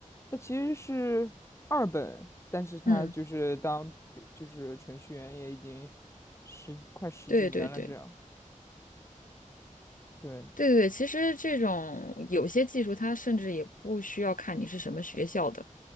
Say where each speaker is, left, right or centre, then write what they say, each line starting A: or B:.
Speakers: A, on the left; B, on the left.
A: 他其实是二本，但是他就是当就是程序员也已经
B: 嗯，
A: 十几快十几年了这样。
B: 对对对
A: 对
B: 对对对，其实这种有些技术它甚至也不需要看你是什么学校的、